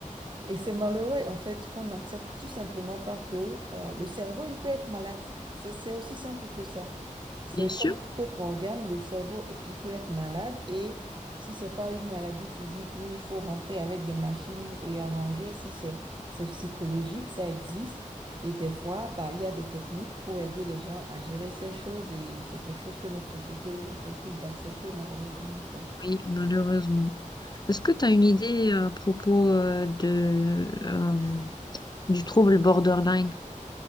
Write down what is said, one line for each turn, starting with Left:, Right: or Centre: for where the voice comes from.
Right: et c'est malheureux, en fait, qu'on n'accepte tout simplement pas que euh, le cerveau, il peut être malade. C'est, c'est aussi simple que ça. C'est
Left: bien sûr.
Right: comme tout autre organe, le cerveau, euh, il peut être malade et si c'est pas une maladie physique où il faut rentrer avec des machines et arranger, si c'est, c'est psychologique, ça existe. Et des fois, bah, il y a des techniques pour aider les gens à gérer ces choses et c'est quelque chose que notre société refuse d'accepter, malheureusement, quoi.
Left: Oui, malheureusement. Est-ce que tu as une idée à propos euh, de, euh, du trouble borderline?